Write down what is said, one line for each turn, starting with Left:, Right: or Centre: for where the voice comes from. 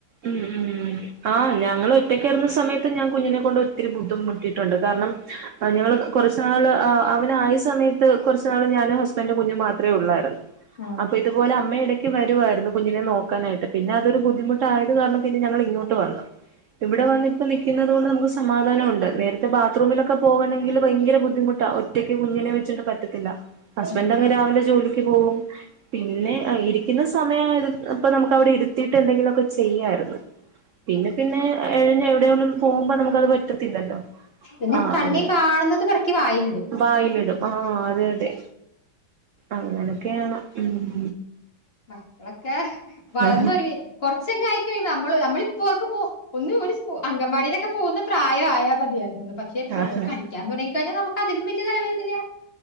Right: ഉം ഉം ആ ഞങ്ങൾ ഒറ്റക്കായിര്ന്ന സമയത്ത് ഞാൻ കുഞ്ഞിനെ കൊണ്ട് ഒത്തിരി ബുദ്ധിമുട്ടിട്ടുണ്ട് കാരണം ആ ഞങ്ങള് കൊറച്ച്നാള് ആ അവനായെ സമയത്ത് കൊറച്ച്നാള് ഞാന് ഹസ്ബന്റ് കുഞ്ഞു മാത്രേ ഒള്ളായിരുന്നു
Left: ആഹ്
Right: അപ്പൊ ഇതുപോലെ അമ്മ ഇടക്ക് വരുവായിരുന്നു കുഞ്ഞിനെ നോക്കാനായിട്ട് പിന്നെ അതൊരു ബുദ്ധിമു ട്ടായത് കാരണം പിന്നെ ഞങ്ങള് ഇങ്ങോട്ട് വന്നു ഇവിടെ വന്നിപ്പോ നിക്കിന്നത് കൊണ്ട് നമുക്ക് സമാധാനൊണ്ട് നേര റ്റെ ബാത്റൂമിലൊക്കെ പോവണെങ്കില് ഭയങ്കര ബുദ്ധിമുട്ടാ ഒറ്റയ്ക്ക് കുഞ്ഞ്നെ വെച്ചിട്ട് പറ്റത്തില്ല ഹസ്ബന്റങ്ങ്
Left: ഉം
Right: രാവിലെ ജോലി ക്കു പോവും പിന്നെ ആ ഇരി പിന്നെ സമയായത് ഇപ്പം നമുക്ക് അവിടെ ഇര് ത്തിട്ടുണ്ടങ്കിലൊക്കെ ചെയ്യായിരുന്ന് പിന്നെ പിന്നെ എഴഞ്ഞ് എവിടെയൊന്നന്നും പോകുമ്പോ നമു ഇത്അത് പറ്റത്തില്ലല്ലോ
Left: പിന്നെ
Right: ആ
Left: കണ്ണി
Right: അങ്ങനെ
Left: കാണ്ന്നത് പെറുക്കി വായിലിടും
Right: വായിലിടും ആ അതെ
Left: ഉം
Right: അതെ അങ്ങനൊക്കെയാണ് ഉം
Left: മക്കളൊക്കെ വളർന്നൊരു
Right: ആ
Left: കൊറ്- ച്ചങ്ങായിക്കഴിയുമ്പോ നമ്മള് നമ്മള് ഇപ്പോ ഓർക്കുമ്പൊ ഒന്ന് ഒരു സ്കു അങ്കൻവാടിയിലൊക്കെ പോവുന്ന പ്രായം ആയാമതിയായിരുന്നൂന്ന് പക്ഷെ പിള്ളേര്
Right: ആ
Left: പഠിക്കാൻ തൊടങ്ങിക്കഴിഞ്ഞൽ നമുക്ക് അതിലും വല്ല്യയ തലവേദനെ